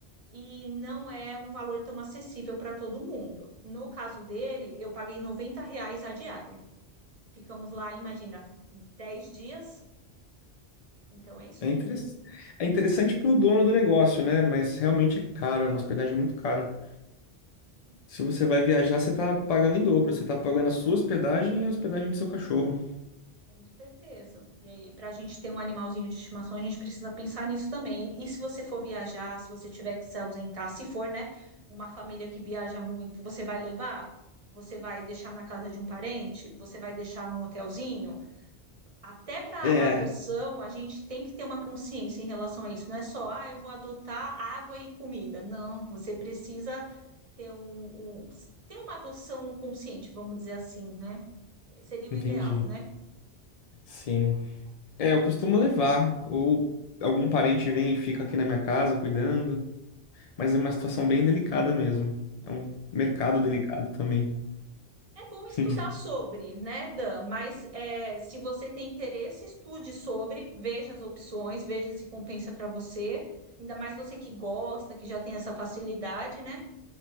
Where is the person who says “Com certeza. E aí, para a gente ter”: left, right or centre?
Right